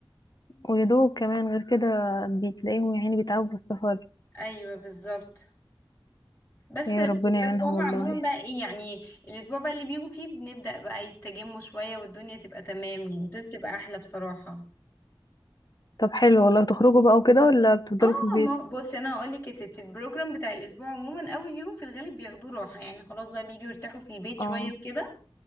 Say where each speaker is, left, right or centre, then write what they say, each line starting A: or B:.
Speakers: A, on the left (about 45°); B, on the left (about 30°).
A: ويدوب كمان غير كده بتلاقيهم يا عيني بيتعبوا في السفر
B: ايوه بالظبط بس
A: يا ربنا يعينهم
B: بس هما
A: والله
B: عموما بقى ايه يعني الاسبوع بقى اللي بيجوا فيه بنبدأ بقى يستجموا شوية والدنيا تبقى تمام يعني الدنيا بتبقى احلى بصراحة
A: طب حلو والله تخرجوا بقى وكده ولا بتفضلوا
B: اه
A: في البيت
B: ما بصي انا هقول لك يا ستي البروجرام بتاع الاسبوع عموما اول يوم في الغالب بياخدوه راحه يعني خلاص بقى بييجوا يرتاحوا في البيت شويه
A: اه
B: وكده